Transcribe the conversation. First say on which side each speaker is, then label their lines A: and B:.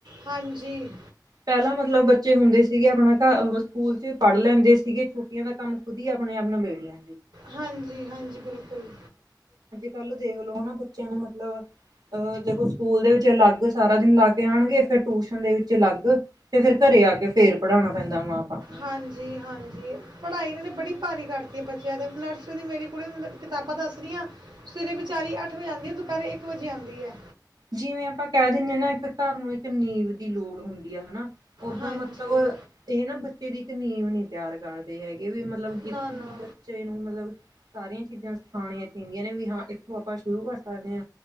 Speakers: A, on the right (about 85°); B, on the right (about 65°).
A: ਹਾਂਜੀ
B: ਪਹਿਲਾਂ ਮਤਲਬ ਬੱਚੇ ਹੁੰਦੇ ਸੀਗੇ ਆਪਣਾ ਸਕੂਲ ਪੜ੍ਹ ਲੈਂਦੇ ਸੀਗੇ ਛੋਟੀਆਂ ਦਾ ਕੰਮ ਖੁਦ ਹੀ ਓਹਨੇ ਆਪਣੀਆਂ ਬੇੜਿਆ
A: ਹਾਂਜੀ ਹਾਂਜੀ ਬਿਲਕੁਲ
B: ਚੱਲ ਦੇਖਲੋ ਹਨਾ ਬੱਚਿਆਂ ਨੂੰ ਮਤਲਬ ਅਹ ਦੇਖੋ ਸਕੂਲ ਦੇ ਅਲੱਗ ਸਾਰਾ ਦਿਨ ਲਾ ਕੇ ਆਉਣਗੇ ਫਿਰ ਟਿਊਸ਼ਨ ਦੇ ਵਿੱਚ ਅਲੱਗ ਤੇ ਫੇਰ ਘਰੇ ਆ ਕੇ ਫੇਰ ਪੜ੍ਹਾਉਣਾ ਪੈਂਦਾ ਮਾਂ ਬਾਪ ਨੂੰ।
A: ਹਾਂਜੀ ਹਾਂਜੀ ਪੜ੍ਹਾਈ ਇਹਨਾਂ ਨੇ ਬੜੀ ਭਾਰੀ ਕਰਤੀ ਬੱਚਿਆਂ ਤੇ ਨਰਸਰੀ ਦੀ ਮੇਰੀ ਕੁੜੀ ਕਿਤਾਬਾਂ ਦੱਸ ਸਵੇਰੇ ਵਿਚਾਰੀ ਹੱਟ ਅੱਠ ਵਜੇ ਆਉਦੀ ਦੁਪਹਿਰੇ ਇੱਕ ਵਜੇ ਆਉਂਦੀ ਹੈ।
B: ਜਿਵੇਂ ਆਪਾਂ ਕਹਿ ਦਿੰਦੇ ਹਾਂ ਨਾ ਇੱਕ ਘਰ ਨੂੰ ਇੱਕ ਨੀਂਵ ਦੀ ਲੋੜ ਹੁੰਦੀ ਆ ਹਨਾ। ਓਦਾਂ
A: ਹਾਂਜੀ
B: ਮਤਲਬ ਇਹ ਨਾ ਬੱਚੇ ਦੀ ਇੱਕ ਨੀਂਵ ਨਹੀਂ ਤਿਆਰ ਕਰਦੇ ਹੈਗੇ। ਵੀ ਮਤਲਬ ਜਿੱਥੋਂ
A: ਨਾ ਨਾ
B: ਬੱਚੇ ਨੂੰ ਮਤਲਬ ਸਾਰੀਆਂ ਚੀਜ਼ਾਂ ਸਿਖਾਉਣੀਆਂ ਚਾਹੀਦੀਆਂ ਨੇ ਵੀ ਹਾਂ ਇੱਥੋਂ ਆਪਾਂ ਸ਼ੁਰੂ ਕਰ ਸਕਦੇ ਹਾਂ